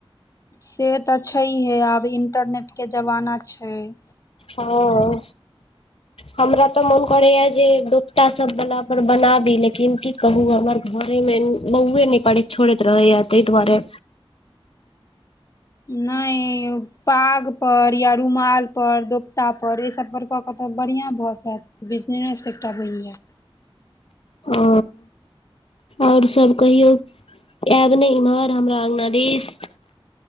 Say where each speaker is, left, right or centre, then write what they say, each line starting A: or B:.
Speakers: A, on the left; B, on the left.
A: से तऽ छैहे आब इंटरनेटके जमाना छैय।
B: हँ हमरा त मन करैया जे दोपटा सब बला पर बनाबी लेकिन की कहु हमर घरेमे बौए नहि पड़े छोड़ैत रहैया तै दुआरे
A: नै पागपर या रुमालपर दोपतापर एहिसभपर कऽ कऽ तऽ बढ़िया भऽ जायत। बिजनेस एकटा बनि जायत।
B: अ आओर सब कहियौ आयब नहि इम्हर हमरा अंगना दिश?